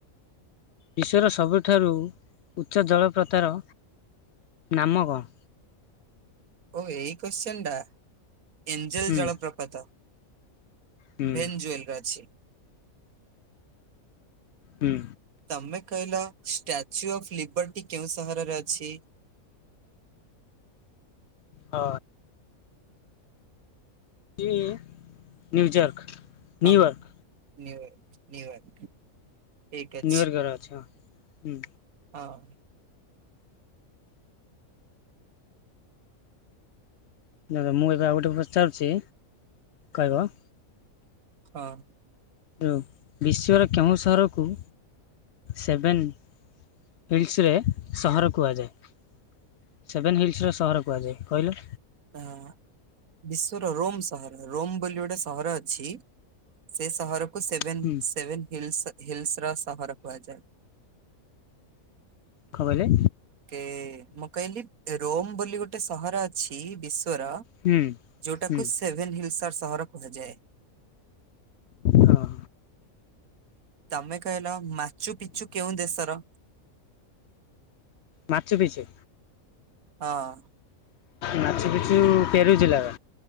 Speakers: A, on the left; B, on the right.
A: ବିଶ୍ୱର ସବୁଠାରୁ ଉଚ୍ଚ ଜଳପ୍ରତାର ନାମ କଣ?
B: ଓ ଏଇ କ୍ୱେଶ୍ଚିନ୍ ଟା ଏଞ୍ଜେଲ
A: ହୁଁ
B: ଜଳପ୍ରପାତ।
A: ହୁଁ
B: ଭେନ୍ ଜୁଏଲ୍ ରେ ଅଛି।
A: ହୁଁ।
B: ତମେ କହିଲ ଷ୍ଟାଚୁ ଅଫ୍ ଲିବର୍ଟି କେଉଁ ସହରରେ ଅଛି?
A: ଅ ଇ ନ୍ୟୁଜର୍କ।
B: କଁ
A: ନ୍ୟୁୟର୍କ
B: ନ୍ୟୁୟର୍ ନ୍ୟୁୟର୍କ। ଠିକ ଅଛି
A: ନ୍ୟୁୟର୍କ ରେ ଅଛ ହୁଁ।
B: ହଁ।
A: ଧର ମୁଁ ଏବେ ଆଉ ଗୋଟେ ପଚାରୁଛି କହିବ?
B: ହଁ।
A: ଯେଉଁ ବିଶ୍ୱର କେଉଁ ସହରକୁ ସେଭେନ୍ ହିଲ୍ସରେ ସହର କୁହାଯାଏ। ସେଭେନ୍ ହିଲ୍ସ ର ସହର କୁହାଯାଏ। କହିଲ?
B: ଏହା ବିଶ୍ଵର ରୋମ ସହର। ରୋମ ବୋଲି ଗୋଟେ ସହର ଅଛି ସେ ସହର। କୁ ସେଭେନ
A: ହୁଁ
B: ସେଭେନ ହିଲ୍ସ ହିଲ୍ସର ସହର କୁହାଯାଏ।
A: କଁ କହିଲେ?
B: କେ ମୁଁ କହିଲି ରୋମ ବୋଲି ଗୋଟେ ସହର ଅଛି ବିଶ୍ଵର
A: ହୁଁ
B: ଯୋଉଟାକୁ
A: ହୁଁ
B: ସେଭେନ ହିଲ୍ସର ସହର କୁହାଯାଏ।
A: ହଁ
B: ତମେ କହିଲ ମାଚୁ ପିଚୁ କେଉଁ ଦେଶର?
A: ମାଚୁ ପିଚୁ।
B: ହଁ।
A: ମାଛ ପିଛୁ! ପେରୁ ଜିଲ୍ଲାର,